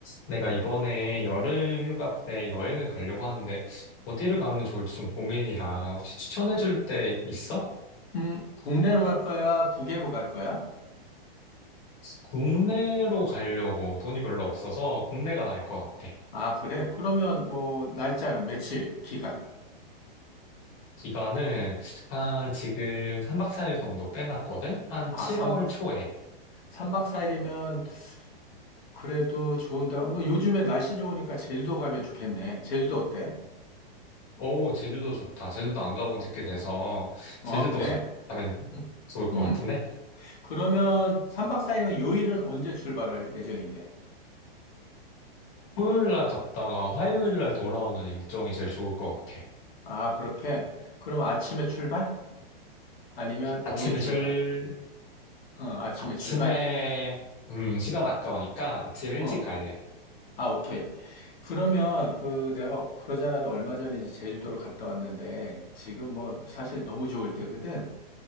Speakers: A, on the left (about 35°); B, on the left (about 75°).
A: 내가 이번에 여름 휴가 때 여행을 가려고 하는데 어디를 가면 좋을지 좀 고민이라 혹시 추천해 줄 데 있어?
B: 음, 국내로 갈 거야? 국외로 갈 거야?
A: 국내로 가려고 돈이 별로 없어서 국내가 나을 것 같아.
B: 아, 그래? 그러면 뭐, 날짜는 며칠, 기간?
A: 기간은 한 지금 3박 4일 정도 빼놨거든? 한
B: 아,
A: 7월
B: 3박,
A: 초에.
B: 3박 4일이면 그래도 좋은데, 뭐, 요즘에 날씨 좋으니까 제주도 가면 좋겠네. 제주도 어때?
A: 오, 제주도 좋다. 제주도 안 가본 지 꽤 돼서
B: 어,
A: 제주도
B: 그래?
A: 가, 가면
B: 음,
A: 좋을 것
B: 음.
A: 같은데?
B: 그러면 3박 4일은 요일은 언제 출발할 예정인데?
A: 토요일 날 갔다가 화요일 날 돌아오는 일정이 제일 좋을 것 같아.
B: 아, 그렇게? 그럼 아침에 출발? 아니면 오후에
A: 아침에
B: 출발?
A: 절
B: 어, 아침에
A: 아침에,
B: 출발?
A: 음, 시간 아까우니까 아침 일찍
B: 어,
A: 갈래.
B: 아, 오케이. 그러면 그 내가 그러지 않아도 얼마 전에 이제 제주도를 갔다 왔는데 지금 뭐 사실 너무 좋을 때거든.